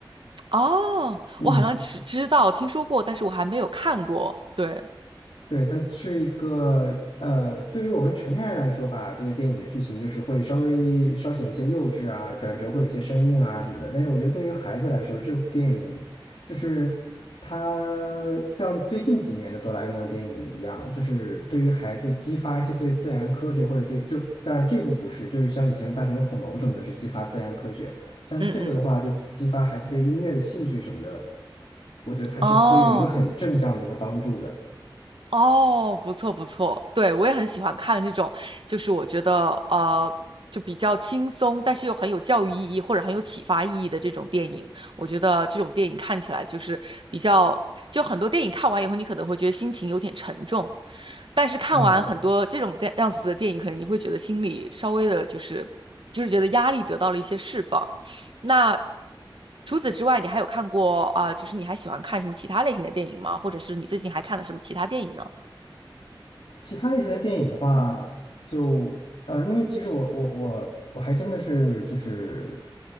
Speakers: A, on the right; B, on the left.
A: 哦，
B: 嗯。
A: 我好像知知道听说过，但是我还没有看过。对，
B: 对，它是一个呃，对于我们成年人来说吧，这个电影的剧情就是会稍微稍显一些幼稚啊，转折会有一些生硬啊什么的。但是我觉得对于孩子来说，这部电影就是它像最近几年的哆啦 A 梦电影一样，就是对于孩子激发一些对自然科学或者对就当然这部不是，就是像以前的大雄的恐龙什么的，是激发自然科学。像这个的话，
A: 嗯嗯，
B: 就激发孩子对音乐的兴趣什么的，我觉得它是会有一个很正向的一个帮助的。
A: 哦。哦，不错不错，对，我也很喜欢看这种，就是我觉得呃，就比较轻松，但是又很有教育意义或者很有启发意义的这种电影。我觉得这种电影看起来就是比较，就很多电影看完以后，你可能会觉得心情有点沉重，但是看完很多这种电样子的电影，
B: 啊，
A: 可能你会觉得心里稍微的就是，就是觉得压力得到了一些释放。那除此之外，你还有看过啊，就是你还喜欢看什么其他类型的电影吗？或者是你最近还看了什么其他电影呢？
B: 其他类型的电影的话，就呃，因为其实我我我我还真的是就是